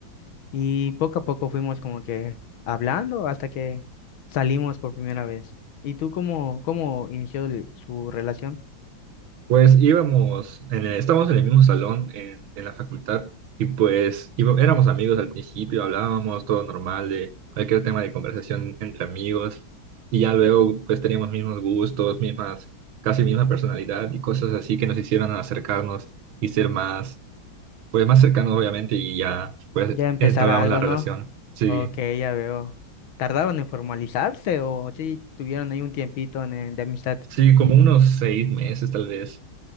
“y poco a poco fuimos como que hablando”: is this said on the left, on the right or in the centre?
Left